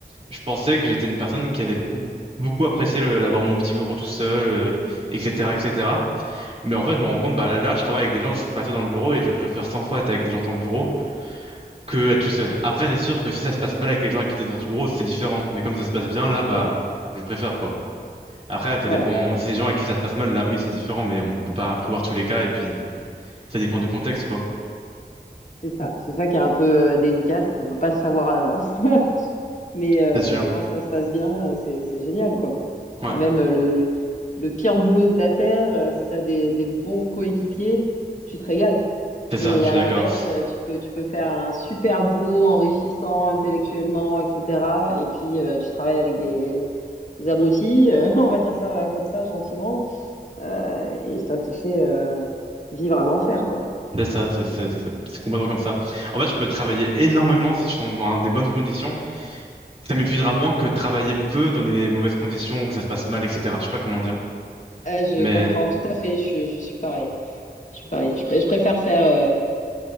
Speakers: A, on the right; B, on the left.
A: je pensais que j'étais une personne qui allait beaucoup, beaucoup apprécier le- d'avoir mon petit bureau tout seul, euh, etc., etc. Mais en fait, je me rends compte, bah là, je travaille avec des gens, je suis pas seul dans le bureau et je préfère 100 fois être avec des gens dans le bureau que être tout seul. Après, c'est sûr que si ça se passe mal avec les gens avec qui étaient dans ton bureau, c'est différent. Mais comme ça se passe bien, là, bah,
B: Oui,
A: je préfère quoi. Après, ça
B: ouais,
A: dépend.
B: ouais,
A: Si c'est des gens avec qui ça se passe mal, là, oui, c'est différent, mais on peut pas prévoir tous les cas et puis ça dépend du contexte, quoi.
B: c'est ça. C'est ça qui est un peu euh, délicat, c'est qu'on peut pas le savoir à l'avance. <laughs> Mais euh,
A: C'est sûr.
B: quand ça se passe bien, euh, c'est c'est génial, quoi.
A: Ouais,
B: Et même euh, le, le, le pire boulot de la Terre, euh, si tu as des, des bons coéquipiers, tu te régales.
A: c'est
B: Et
A: ça. Je suis
B: à
A: d'accord.
B: l'inverse, euh, tu peux, tu peux faire un super boulot enrichissant intellectuellement, etc. Et puis, euh, tu travailles avec des, des abrutis, euh, <laughs> on va dire ça comme ça, gentiment, euh, et ça te fait euh, vivre un enfer, quoi.
A: C'est ça, c'est c'est- c'est- c'est complètement comme ça. En fait, je peux travailler énormément si je suis dans, dans des bonnes conditions. Ça m'épuisera moins que travailler peu dans des mauvaises conditions où ça se passe mal, etc. Je sais pas comment dire.
B: Ah, je
A: Mais,
B: comprends tout à fait, je, je suis pareil. Je suis pareil. Je, pr- je préfère faire euh,